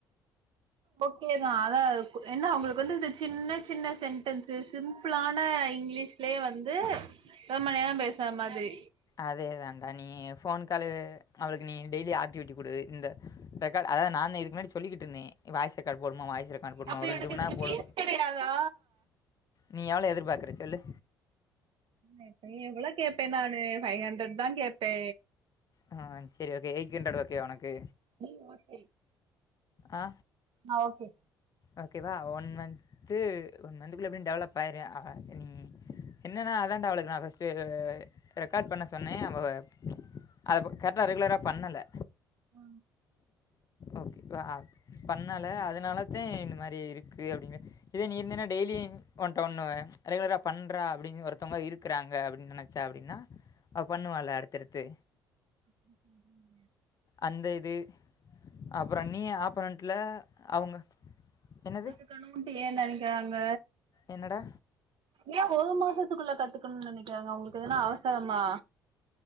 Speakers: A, on the right (about 50°); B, on the left (about 35°).
A: ஓகேதா அதா கு என்ன அவுங்குளுக்கு வந்து இது சின்ன சின்ன சென்டென்ஸு சிம்பிளான இங்க்லீஷ் ளே வந்து ரொம்ப நேரோ பேசுற மாதிரி
B: அதே தாண்டா நீ ஃபோன் காலு அவுளுக்கு நீ டெய்லி ஆக்டிவிட்டி குடு இந்த ரெக்காட் அதா நானு இதுக்கு முன்னாடி சொல்லிகிட்டுருந்தே வாய்ஸ் ரெக்காட் போடுமா வாய்ஸ் ரெக் அனுப்வுட்மா
A: அப்ப
B: ஒரு ரெண்டு
A: எனக்கு
B: மண்
A: இதுக்கு
B: நேரோ
A: ஃபீஸ்
B: போடு
A: கெடையாதா
B: நீ எவ்ள எதிர்பாக்குற சொல்லு
A: எ எவ்வளோ கேப்பே நானு ஃபை ஹண்ட்ரட் தா கேப்பே
B: ஆ சேரி ஓகே எயிட் ஹண்ட்ரட் ஓகேவா உனக்கு
A: <unintelligible>
B: ஆ
A: ஆ ஓகே
B: ஓகேவா ஒன் மன்த்து ஒன் மன்த்க்குள்ள எப்டியு டெவலப் ஆயிரு அ நீ என்னன்னா அதான்டா அவளுக்கு நா பஸ்ட்டு ரெக்காட் பண்ண சொன்னே அவ அதப்ப கர்ட்டா ரெகுலரா பண்ணலா
A: ஆ
B: ஓகே உ அ பண்ணல அதனாலத்தே இந்த மாரி இருக்கு அப்டிவே இதே நீ இருந்தினா டெய்லி உன்ட ஒண்ணு அ ரெகுலரா பண்ற அப்டினு ஒருத்தவங்க இரு க்கறாங்க அப்புடின் நெனச்சா அபுடினா அவ பண்ணுவால்ல அடுத்தடுத்து
A: அப்டி சொல்றீங்க
B: அந்த இது அப்புற நீ ஆப்போனன்ட்லா அவுங்க என்னது
A: க்கணுட்டு ஏ நெனைக்கறாங்க
B: என்னடா
A: ஏ ஒரு மாசத்துக்குள்ள கத்துக்கணுன் நினைக்கிறாங்க அவுங்களுக்கு எதுனா அவசரமா